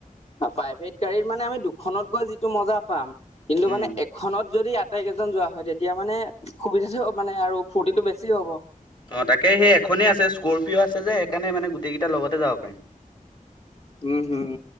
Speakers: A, on the left (about 50°); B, on the left (about 35°).
A: প্ৰাইভেট গাড়ীৰ মানে আমি দু, খনত গৈ যিটো মজা পাম, কিন্তু
B: উম,
A: মানে এখনত, যদি আটাইকেইজন যোৱা হয় তেতিয়া মানে সুবিধাটো মানে আৰু ফূুৰ্তিটো বেছি হ'ব।
B: অ', তাকে সেই এখনেই আছে স্কৰপিঅ আছে যে, সেইকাৰণে মানে গোটেই কেইটাৰ লগতে যাব পাৰিম।
A: উম, হুম,